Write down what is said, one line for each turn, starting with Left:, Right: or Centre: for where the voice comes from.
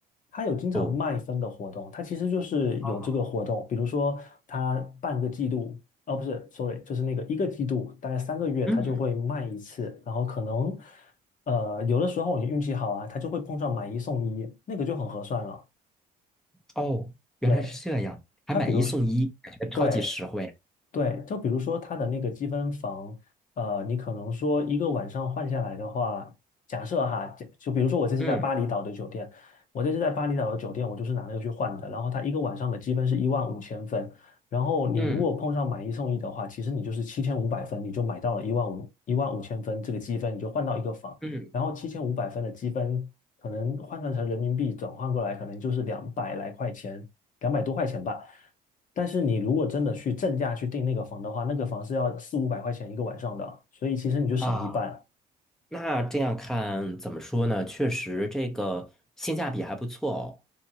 Left: 它有经常卖分的活动，
Centre: 哦，
Left: 它其实就是有这个活动，
Centre: 哦，
Left: 比如说它半个季度，哦不是，sorry，就是那个一个季度，大概三个月，
Centre: 嗯，
Left: 它就会卖一次，然后可能呃有的时候你运气好啊，它就会碰上买一送一，那个就很合算了。
Centre: 哦，原来是这样，
Left: 对，
Centre: 还买一送一，
Left: 它比如说
Centre: 感觉超级实惠。
Left: 对，对，就比如说它的那个积分房，呃，你可能说一个晚上换下来的话，假设哈，假就比如说我这次在巴厘岛的酒店，
Centre: 嗯
Left: 我这次在巴厘岛的酒店，我就是拿那个去换的，然后它一个晚上的积分是一万五千分，然后你如果碰上买一送一的话，
Centre: 嗯
Left: 其实你就是七千五百分，你就买到了一万五一万五千分这个积分，你就换到一个房，
Centre: 嗯
Left: 然后七千五百分的积分可能换算成人民币转换过来，可能就是两百来块钱，两百多块钱吧。但是你如果真的去正价去订那个房的话，那个房是要四五百块钱一个晚上的，所以其实你就省了一半。
Centre: 啊，那这样看怎么说呢？确实，这个性价比还不错哦。